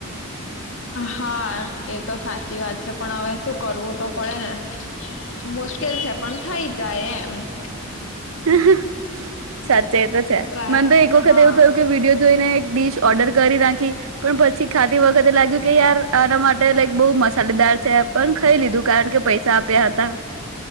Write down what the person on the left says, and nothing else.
હા એ તો સાચી વાત છે. પણ હવે શું કરવું તો પડે ને. મુશ્કેલ છે. પણ થઈ જાય એમ. અ કચ
ટ્રાય
હા